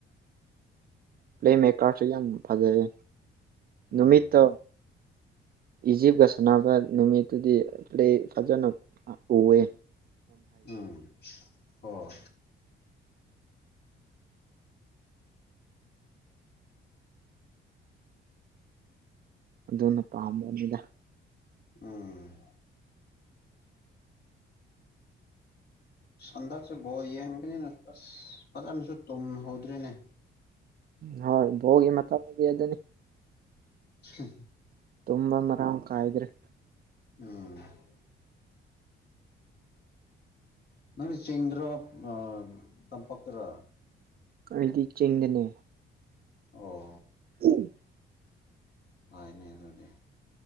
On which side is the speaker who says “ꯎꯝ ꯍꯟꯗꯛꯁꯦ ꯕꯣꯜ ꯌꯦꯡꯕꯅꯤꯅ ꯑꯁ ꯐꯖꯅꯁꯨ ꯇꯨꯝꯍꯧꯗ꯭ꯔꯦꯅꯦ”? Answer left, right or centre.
Left